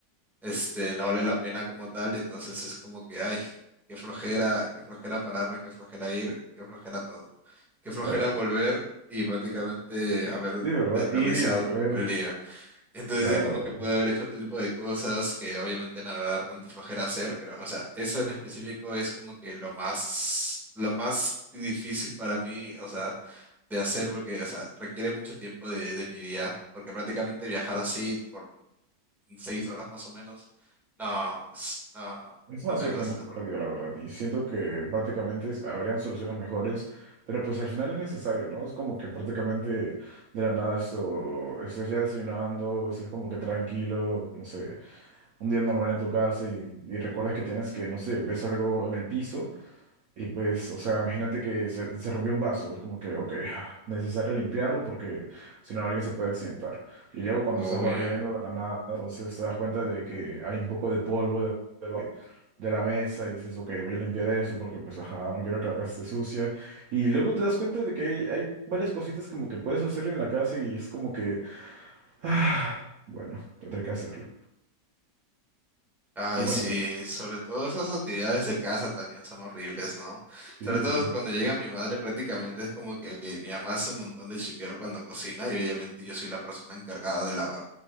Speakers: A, in the centre; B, on the right.
A: este, no vale la pena como tal, entonces es como que, ay, qué flojera, qué flojera pararme, qué flojera ir, qué flojera todo, qué flojera
B: la verdad.
A: volver y prácticamente haber
B: Sí, ¿verdad?
A: desperdiciado
B: Ir y volver,
A: un poco el día. Entonces
B: claro.
A: es como que pude haber hecho otro tipo de cosas que obviamente no me va a dar tanta flojera hacer, pero, o sea, eso en específico es como que lo más, lo más difícil para mí, o sea, de hacer porque, o sea, requiere mucho tiempo de, de mi día, porque prácticamente viajar así por seis horas más o menos. No, es- no, no,
B: Es demasiado
A: no me gusta.
B: tiempo perdido, la verdad. Y siento que prácticamente es- habrían soluciones mejores, pero pues al final es necesario, ¿no? Es como que prácticamente de la nada esto, estás ya desayunando, estás como que tranquilo, no sé. un día normal en tu casa y, y recuerdas que tienes que, no sé, ves algo en el piso y pues, o sea, imagínate que se, se rompió un vaso, es como que, ok, <laughs> <sighs> necesario limpiarlo porque si no alguien se puede accidentar. Y luego cuando
A: Obvio.
B: estás barriendo de la nada, entonces te das cuenta de que hay un poco de polvo de, de- de la mesa y dices, ok, voy a limpiar esto porque pues, ajá, no quiero que la casa esté sucia. Y luego te das cuenta de que hay, hay varias cositas como que puedes hacer en la casa y es como que, <sighs> ah, bueno, tendré que hacerlo.
A: Ay,
B: Y bueno,
A: sí,
B: también,
A: sobre todo esas actividades de casa también son horribles, ¿no?
B: sí,
A: Sobre todo
B: ¿no?
A: cuando llega mi madre prácticamente es como que, ok, mi mamá hace un montón de chiquero cuando cocina y obviamente yo soy la persona encargada de lavar.